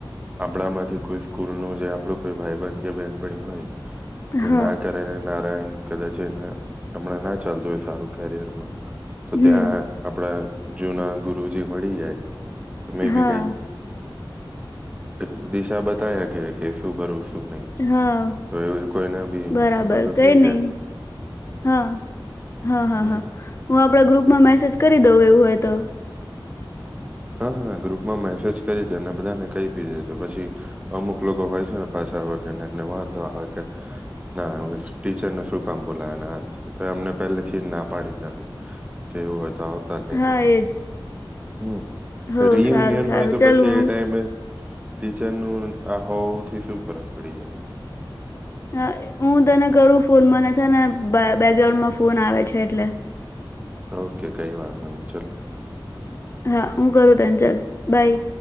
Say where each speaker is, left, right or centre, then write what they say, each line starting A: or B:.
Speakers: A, on the right (about 15°); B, on the left (about 30°).
A: આપણામાંથી. કોઈ સ્કૂલ નું જે આપણું કોઈ ભાઈબંધ કે બહેનપણી હોય. કે
B: હા
A: ના કરે રે નારાયણ કદાચએના અમના ના ચાલજ હોય સારું કેરિયર માં. તો
B: હમ
A: ત્યાં આપડે જૂના ગુરુજી મળી જાય. તમે
B: હા
A: બી કઈક. અ દિશા બતાયા કે કે શું કરું સુ. નહી
B: હા
A: તો <unintelligible> કોઈના બી
B: બરાબર
A: ભલું
B: કઈ
A: થઈ
B: નઈ
A: જાય.
B: હા હા હા
A: હમ
B: હા હું આપણો. ગ્રુપમાં મેસેજ કરી દઉ એવું હોય તો.
A: હા હા ગ્રુપમાં મેસેજ કરી દે ને બધાને કઈ બી દે જે પછી અમુક લોકો હોય છે ને પાછા <unintelligible> તેમને વાંધો આવે કે ના ટીચરને શું કામ બોલાવે ને આને તે તો એમને પેલા થી જ ના પાડી દેવાની કે એવું. તો આવતા જ નઈ
B: હા
A: તમે.
B: એજ
A: હમ્મ.
B: હો
A: રિયુનિયન
B: સારું સારું
A: હોય તો
B: ચાલ
A: પછી
B: હું
A: એ ટાઈમ એ. ટીચર નું આ હોવુથી શું ફરક પડી જાય.
B: હ હું તને કરું ફોન મને છે ને બ બેકગ્રાઉન્ડમાં ફોન આવે છે એટલે.
A: ઓકે કઈ વાંધો નઈ ચલ.
B: હા હું કરું તને ચલ બાય.